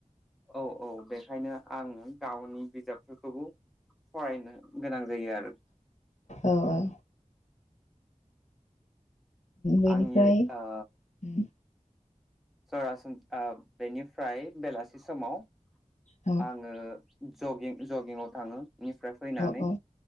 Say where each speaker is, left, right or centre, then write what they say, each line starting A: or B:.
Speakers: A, in the centre; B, on the left.
A: औ औ बेखायनो आं गावनि बिजाबफोरखौबो फरायनो गोनां जायो आरो
B: औ औ बेनिफ्राय
A: आंनि ओ
B: उम
A: सरासनस्रा बेनिफ्राय बेलासि समाव
B: औ
A: आङो जगिं जगिङाव थाङो बिनिफ्राय फैनानै
B: औ औ